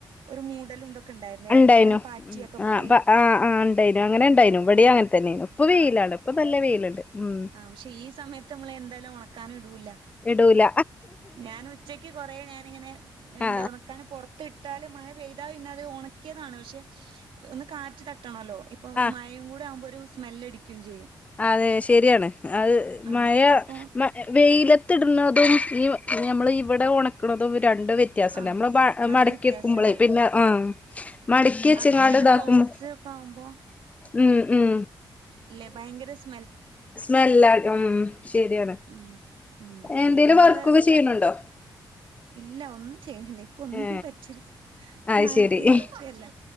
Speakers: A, on the right; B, on the left.
A: ഒരു മൂടലും ഇതൊക്കെ ഉണ്ടായിരുന്നു
B: ണ്ടായിനു
A: ഇടക്ക് ഇങ്ങനെ പാറ്റിയൊക്കെ
B: ഉം അ
A: പോയി
B: പ അ ആ ഇണ്ടായിനു അങ്ങനെ ഇണ്ടായിനു എവിടെയാ തന്നെ ഇപ്പൊ വെയിലാണ് ഇപ്പൊ നല്ല വെയിലുണ്ട്. ഉം
A: ആ പക്ഷേ ഈ സമയത്ത് നമ്മള് എന്തായാലും ഉണക്കാൻ ഇടൂല്ല
B: ഇടൂല
A: ഞാൻ ഉച്ചയ്ക്ക് കുറെ ഞാനിങ്ങനെ
B: ആ
A: എന്താ ഉണക്കാന് പുറത്തി ട്ടാല് മഴപെയ്താ പിന്നെയത് ഉണക്കിയതാണ് പക്ഷേ ഒന്ന് കാറ്റ് തട്ടണോല്ലോ. ഇപ്പം
B: ആ
A: മഴയും കൂടി ആകുമ്പോൾ ഒരു ഒരു സ്മെല്ലടിക്കുവേം ചെയും
B: അതെ ശരിയാണ് അത്
A: ആഹ്
B: മഴ
A: അപ്പം
B: മ വെയിലത്ത് ഇടുന്നതും ഈ ഞമ്മള് ഇവിടെ ഉണക്കണതും വ്യ രണ്ട് വ്യത്യാസമുണ്ട്
A: ആഹ്
B: നമ്മൾ മ
A: നല്ല
B: മടക്കി
A: വ്യത്യാസണ്ട്
B: വെക്കുമ്പോഴേ പിന്നെ ആ മടക്കി വെച്ചങ്ങാണ്ട്
A: അത് ചില
B: ഇതാക്കുമ്പോ
A: ക്ലോത്ത്സ് ഒക്കെ ആകുമ്പോ
B: ഉം ഉം
A: ഇല്ലേ ഭയങ്കര സ്
B: സ്മെല്ല് ആകും മം ശരിയാണ്
A: ഉം ഉം
B: എന്തേലും
A: ഇങ്ങള്
B: വർക്കൊക്കെ ചെയ്യണുണ്ടോ? <inaudible>
A: ഇല്ല ഒന്നും ചെയ്യുന്നില്ല ഇപ്പോൾ ഒന്നിനും
B: ഏ
A: പറ്റില്ല.
B: അത്
A: മാനസികാവസ്ഥ
B: ശരി
A: അല്ല